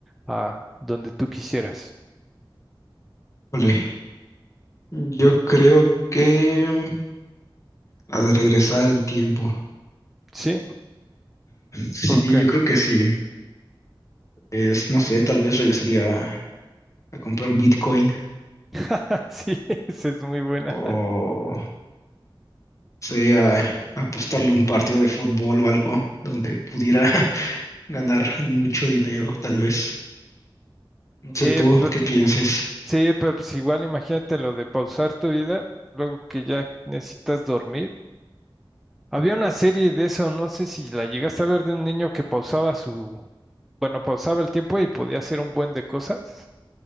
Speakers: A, in the centre; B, on the left (about 35°).
A: a donde tú quisieras?
B: Ole. Yo creo que la de regresar el tiempo.
A: ¿Sí?
B: Sí,
A: ¿Por qué?
B: yo creo que sí. Es, no sé, tal vez regresaría a, comprar Bitcoin
A: <laughs> Sí, esa es muy buena.
B: o sea, a apostarle un partido de fútbol o algo donde pudiera <laughs> ganar mucho dinero, tal vez. No
A: Sí,
B: sé tú
A: pero,
B: qué pienses.
A: sí, pero pues igual imagínate lo de pausar tu vida, luego que ya necesitas dormir. Había una serie de eso, no sé si la llegaste a ver de un niño que pausaba su, bueno, pausaba el tiempo y podía hacer un buen de cosas.